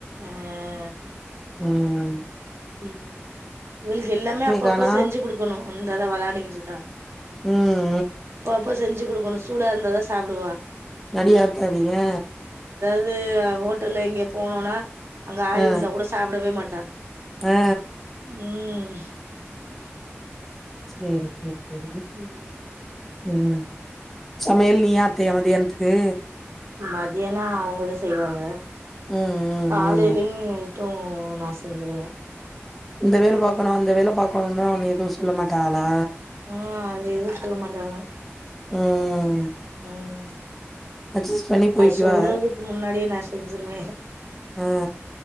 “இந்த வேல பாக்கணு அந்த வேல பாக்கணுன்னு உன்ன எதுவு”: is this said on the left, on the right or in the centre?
Centre